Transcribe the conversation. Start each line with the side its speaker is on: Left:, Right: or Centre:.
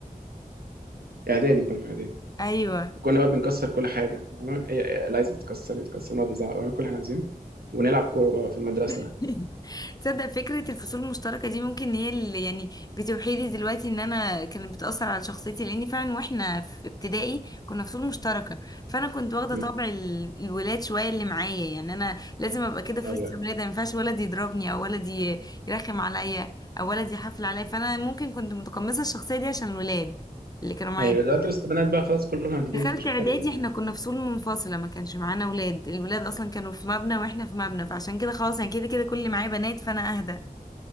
Right: اعدادي كنا في اعدادي
Left: ايوه
Right: كنا بقى بنكسر كل حاجه فاهمة؟ إيه- إيه، اللي عايز يتكسر يتكسر نقعد نزعق ونعمل كل اللي احنا عايزينه ونلعب كوره بقى في المدرسه
Left: <laughs> تصدق فكرة الفصول المشتركة دي ممكن هي اللي يعني بتوحي لي دلوقتي ان انا كانت بتأثر على شخصيتي لاني فعلا واحنا في ابتدائي كنا فصول مشتركة فانا كنت واخدة
Right: مم.
Left: طبع ال- الولاد شوية اللي معايا يعني انا لازم ابقى كده في
Right: ايوه
Left: وسط الولاد ما ينفعش ولد يضربني او ولد ي- يرخم عليا او ولد يحفل عليا فانا ممكن كنت متقمصة الشخصية دي عشان الولاد اللي كانوا معايا
Right: ايوه دلوقتي بس البنات بقى خلاص كلهم عاديين
Left: دخلت
Right: فمش
Left: اعدادي
Right: محتاجه تعمل
Left: احنا
Right: حاجه
Left: كنا فصول منفصله ما كانش معانا ولاد الولاد اصلا كانوا في مبنى واحنا في مبنى فعشان كده خلاص انا كده كده كل اللي معايا بنات فانا اهدى